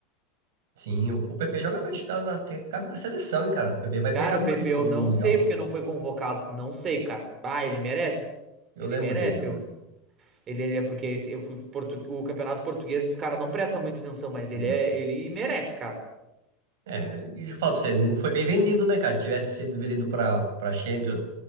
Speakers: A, on the right; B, on the right.
A: Sim, o, o PP joga bem, tá, na- até cabe na seleção, hein, cara? O PP vai
B: Cara,
A: pegar
B: o
A: mais
B: PP
A: no,
B: eu não
A: no Mundial.
B: sei porque não foi convocado. Não sei, cara. Ah, ele merece.
A: Eu
B: Ele
A: lembro
B: merece.
A: dele jogando.
B: Eu, Ele é porque esse- eu fui portu- o campeonato português os caras não prestam muita atenção, mas ele
A: Não.
B: é ele merece, cara.
A: É, isso que eu falo pra você, não foi bem vendido, né, cara? Tivesse sido vendido pra, pra Champions,